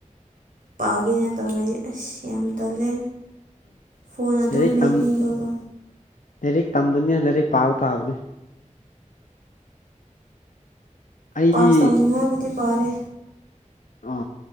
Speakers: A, on the right; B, on the left.
A: ꯄꯥꯒꯦꯅ ꯇꯧꯔꯗꯤ ꯑꯁ ꯌꯥꯝ ꯇꯜꯂꯦ ꯐꯣꯟ ꯑꯗꯨꯝ
B: ꯂꯥꯏꯔꯤꯛ
A: ꯃꯦꯠꯅꯤꯡꯕꯒꯣ꯫
B: ꯇꯝ ꯂꯥꯏꯔꯤꯛ ꯇꯝꯕꯅꯤ ꯂꯥꯏꯔꯤꯛ ꯄꯥꯕ ꯇꯥꯕꯅꯦ꯫ ꯑꯩꯗꯤ
A: ꯄꯥꯁ ꯇꯧꯅꯤꯡꯉꯥꯏꯕꯨꯗꯤ ꯄꯥꯔꯦ꯫
B: ꯑ